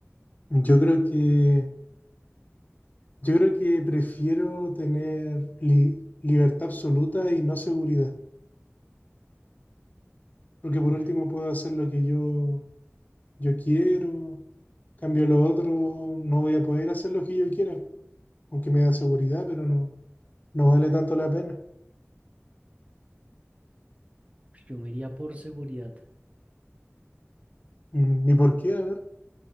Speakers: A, on the left (about 35°); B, on the right (about 30°).
A: yo creo que Yo creo que prefiero tener li- libertad absoluta y no seguridad, porque por
B: Uy,
A: último puedo hacer lo que yo, yo quiero, cambio lo otro, no voy a poder hacer lo que yo quiera, aunque me da seguridad, pero no, no vale tanto la pena.
B: yo me iría por seguridad.
A: Mm, Ni por qué, a ver,